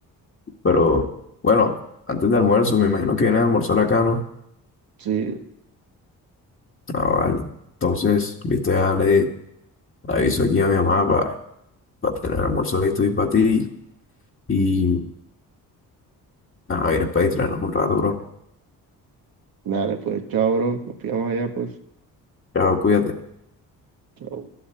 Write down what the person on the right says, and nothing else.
Sí,
dale, pues. Chao, bro. Nos pillamos allá, pues.
Chao.